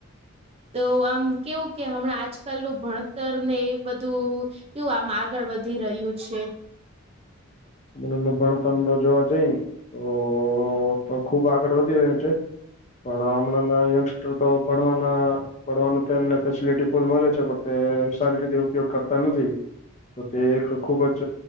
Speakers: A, on the right; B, on the left.
A: તો આમ કેવું કે હમણાં આજકાલ નુ ભણતર ને એ બધું. કેવું આમ આગળ વધી રહ્યું છે.
B: ને એમનું ભણતરનુ જોવા જઈ તો તો ખુબ આગળ વધી રહ્યું છે. પણ હમણાં ના યંગસ્ટર તો ભણવાના ભણવાનું તો એમને ફેસિલટી ફૂલ મળે છે પણ તે સારી રીતે ઉપયોગ કરતા નથી. તો તે એક ખુબ જ